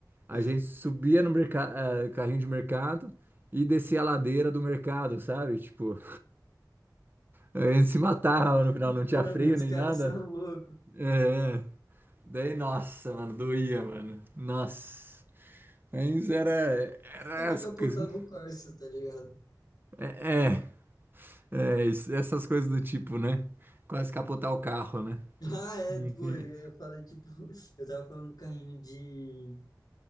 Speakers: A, on the right (about 30°); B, on the left (about 55°).
A: A
B: Uhum.
A: gente subia no merca- eh, carrinho de mercado e descia a ladeira do mercado, sabe? Tipo, a gente se matava no final, não tinha
B: Mano,
A: freio
B: os
A: nem
B: caras
A: nada.
B: são loucos.
A: É, daí, nossa, mano, doía, mano. Nossa. Mas era,
B: Os
A: era
B: caras
A: as
B: capotavam
A: coisas.
B: o Corsa, tá ligado? <laughs>
A: É, é, isso- essas coisas do tipo, né? Quase capotar o carro, né?
B: Ah, é,
A: Não tem
B: pô, eu falei, tipo, <laughs> eu tava falando do carrinho de.